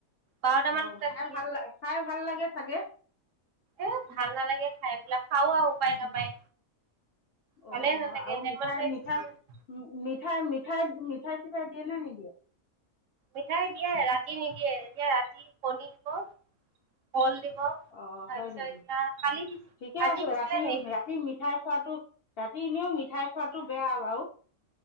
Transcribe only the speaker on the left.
অ'
খাই
ভাল লা খাই ভাল লাগে চাগে।
অ
আৰু
মিঠাই
মিঠাই
মিঠাই মিঠাই মিঠাই ঠাই দিয়ে নে নিদিয়ে
অ
হয় নেকি
ঠিকে
আছে
ৰাতি
ৰাতি মিঠাই খোৱাটো ৰাতি এনেও মিঠ মিঠাই খোৱাটো বেয়া বাও